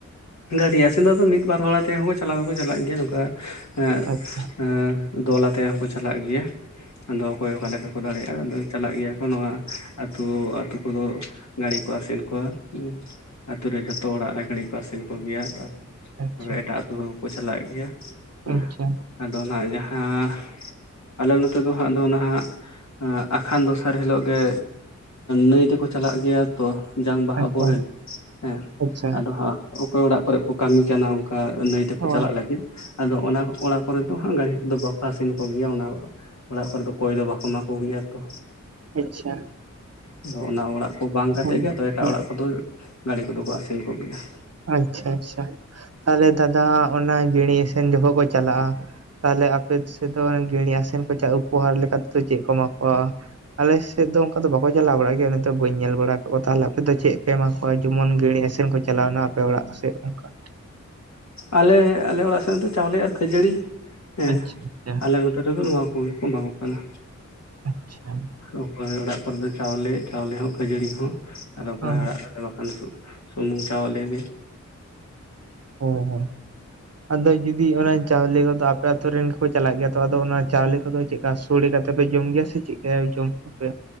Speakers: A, on the left; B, on the right.
A: ᱜᱟᱺᱬᱤ ᱟᱥᱮᱱ ᱟᱫᱚ ᱢᱤᱫ ᱵᱟᱨ ᱦᱚᱲ ᱟᱛᱮ ᱦᱚᱸ ᱠᱚ ᱪᱟᱞᱟᱣ ᱫᱚᱠᱚ ᱪᱟᱞᱟᱜ ᱜᱮᱭᱟ ᱱᱚᱝᱠᱟ ᱟᱸ
B: ᱟᱪᱪᱷᱟ
A: ᱟᱸᱼᱼ ᱫᱚᱞ ᱟᱛᱮᱜ ᱦᱚᱸᱠᱚ ᱪᱟᱞᱟᱜ ᱜᱮᱭᱟ, ᱟᱫᱚ ᱚᱠᱚᱭ ᱚᱠᱟ ᱞᱮᱠᱟ ᱠᱚ ᱫᱟᱲᱮᱭᱟᱜᱼᱟ ᱟᱫᱚ ᱪᱟᱞᱟᱜ ᱜᱮᱭᱟ ᱠᱚ ᱱᱚᱣᱟᱼᱼ ᱟᱹᱛᱩ ᱟᱹᱛᱩ ᱠᱚᱨᱮᱫ ᱜᱟᱺᱬᱤ ᱠᱚ ᱟᱥᱮᱱ ᱠᱚᱣᱟ ᱮᱸ ᱟᱛᱩ ᱨᱮᱱ ᱫᱚ ᱾ ᱡᱚᱛᱚ ᱚᱲᱟᱜ ᱨᱮ ᱜᱟᱺᱬᱤ ᱠᱚ ᱟᱥᱮᱱ ᱠᱚ ᱜᱮᱭᱟ, ᱛᱟᱯᱚᱨᱮ
B: ᱟᱪᱪᱷᱟ ᱟᱪᱪᱷᱟ
A: ᱮᱴᱟᱜ ᱟᱹᱛᱩ ᱦᱚᱸᱠᱚ ᱪᱟᱞᱟᱜ ᱜᱮᱭᱟ ᱾
B: ᱟᱪᱪᱷᱟ ᱾
A: ᱟᱫᱚ ᱱᱟᱸᱜ ᱡᱟᱦᱟᱸᱼᱼ ᱟᱞᱮ ᱱᱚᱛᱮ ᱫᱚ ᱦᱟᱸᱜ ᱫᱚ ᱱᱟᱦᱟᱸᱜ ᱟᱠᱷᱟᱱ ᱫᱚᱥᱟᱨ ᱦᱤᱞᱚᱜ ᱜᱮᱼᱼ ᱱᱟᱹᱭ ᱛᱮᱠᱚ ᱪᱟᱞᱟᱜ ᱜᱮᱭᱟ ᱛᱚ ᱾ ᱡᱟᱝ ᱵᱟᱦᱟ
B: ᱟᱪᱪᱷᱟ
A: ᱵᱚᱦᱮᱞ,
B: ᱟᱪᱪᱷᱟ
A: ᱦᱮᱸ
B: ᱟᱪᱪᱷᱟ ᱟᱪᱪᱷᱟ
A: ᱟᱫᱚ ᱦᱟᱸᱜ ᱚᱠᱚᱭ ᱚᱲᱟᱜ ᱠᱚᱨᱮ ᱠᱚ ᱠᱟᱹᱢᱤ ᱠᱟᱱᱟ ᱚᱱᱠᱟ ᱱᱟᱹᱭᱼᱼ ᱛᱮᱠᱚ
B: ᱚ
A: ᱪᱟᱞᱟᱜ ᱞᱟᱹᱜᱤᱫ, ᱟᱫᱚ ᱚᱱᱟ ᱚᱲᱟᱜ ᱠᱚᱨᱮ ᱫᱚ ᱦᱟᱸᱜ ᱜᱟᱺᱬᱤ ᱠᱚᱫᱚ ᱵᱟᱠᱚ ᱟᱥᱮᱱ ᱠᱚᱜᱮᱭᱟ ᱱᱟᱜ ᱾ ᱚᱲᱟᱜ ᱠᱚᱨᱮ ᱫᱚ ᱠᱚᱭ ᱫᱚ ᱵᱟᱠᱚ ᱮᱢᱟ ᱠᱚ ᱜᱮᱭᱟ ᱛᱚ ᱾
B: ᱟᱪᱪᱷᱟ
A: ᱟᱫᱚ ᱚᱱᱟ ᱚᱲᱟᱜ ᱠᱚ ᱵᱟᱝ ᱠᱟᱛᱮ
B: ᱦᱳᱭ
A: ᱜᱮ ᱟᱫᱚ ᱮᱴᱟᱜ
B: ᱦᱳᱭ
A: ᱚᱲᱟᱜ ᱠᱚᱫᱚᱼᱼ ᱜᱟᱺᱬᱤ ᱠᱚᱫᱚ ᱠᱚ ᱟᱹᱥᱩᱞ ᱠᱚ ᱜᱮᱭᱟ ᱾
B: ᱟᱪᱪᱷᱟ ᱟᱪᱪᱷᱟ, ᱛᱟᱦᱚᱞᱮ ᱫᱟᱫᱟ ᱚᱱᱟ ᱜᱟᱺᱬᱤ ᱟᱥᱮᱱ ᱡᱚᱠᱷᱚᱱ ᱠᱚ ᱪᱟᱞᱟᱜᱼᱟᱼᱼ ᱛᱟᱦᱚᱞᱮ ᱟᱯᱮ ᱥᱮᱫ ᱫᱚ ᱜᱟᱺᱬᱤ ᱟᱥᱮᱱ ᱠᱚ <inaudible> ᱩᱯᱚᱦᱟᱨ ᱞᱮᱠᱟ ᱛᱮᱫᱚ ᱪᱮᱫ ᱠᱚ ᱮᱢᱟ ᱠᱚᱣᱟ? ᱟᱞᱮᱥᱮᱫ ᱫᱚ ᱚᱱᱠᱟ ᱫᱚ ᱵᱟᱠᱚ ᱪᱟᱞᱟᱣ ᱵᱟᱲᱟᱜ ᱜᱮᱭᱟ, ᱱᱤᱛ ᱵᱟᱹᱧ ᱧᱮᱞ ᱵᱟᱲᱟ ᱟᱠᱟᱫ ᱠᱚᱣᱟ ᱛᱟᱦᱚᱞᱮ ᱟᱯᱮ ᱫᱚ ᱪᱮᱫ ᱯᱮ ᱮᱢᱟᱼᱼ ᱱᱚᱜᱼᱚᱭ ᱡᱮᱢᱚᱱ ᱜᱟᱺᱬᱤ ᱟᱥᱮᱱ ᱠᱚ ᱪᱟᱞᱟᱣᱮᱱᱟ ᱟᱯᱮ ᱚᱲᱟᱜ ᱥᱮᱫ ᱚᱱᱠᱟ ᱾
A: ᱟᱞᱮ ᱟᱞᱮ ᱚᱲᱟᱜ ᱥᱮᱫ ᱫᱚ ᱪᱟᱣᱞᱮ ᱟᱨ ᱠᱷᱟᱹᱡᱟᱹᱲᱤ ᱦᱮᱸ
B: ᱟᱪᱪᱷᱟ ᱟᱪᱪᱷᱟ
A: ᱟᱞᱮ ᱼᱼ ᱱᱚᱛᱮ ᱫᱚ ᱱᱚᱣᱟ ᱠᱚᱜᱮ ᱠᱚ ᱮᱢᱟ ᱠᱚ ᱠᱟᱱᱟ?
B: ᱟᱪᱪᱷᱟ ᱾
A: ᱚᱠᱚᱭ ᱚᱲᱟᱜ ᱠᱚᱨᱮᱫᱚ ᱪᱟᱣᱞᱮ, ᱪᱟᱣᱞᱮ ᱦᱚᱸ ᱠᱷᱟᱹᱡᱟᱹᱲᱤ ᱦᱚᱸ, ᱟᱨ ᱚᱠᱚᱭᱟᱜ
B: ᱚ
A: ᱚᱲᱟᱜ ᱨᱮᱫᱚ ᱮᱠᱮᱱᱼᱼ ᱦᱩᱸ ᱪᱟᱣᱞᱮ ᱜᱮ ᱾
B: ᱦᱮᱸ ᱦᱮᱸ ᱟᱫᱚ ᱡᱩᱫᱤ ᱚᱱᱮ ᱪᱟᱣᱞᱮ ᱠᱚᱫᱚ ᱟᱯᱮ ᱟᱛᱩᱨ ᱨᱮᱱ ᱜᱮᱠᱚ ᱪᱟᱞᱟᱜ ᱜᱮᱭᱟ ᱛᱚ ᱟᱫᱚ ᱚᱱᱟ ᱪᱟᱣᱞᱮ ᱠᱚᱫᱚ ᱪᱮᱫᱠᱟ ᱥᱳᱲᱮ ᱠᱟᱛᱮ ᱯᱮ ᱡᱚᱢ ᱜᱮᱭᱟ ᱥᱮ ᱪᱮᱫᱠᱟ ᱡᱚᱢ ᱠᱚᱯᱮ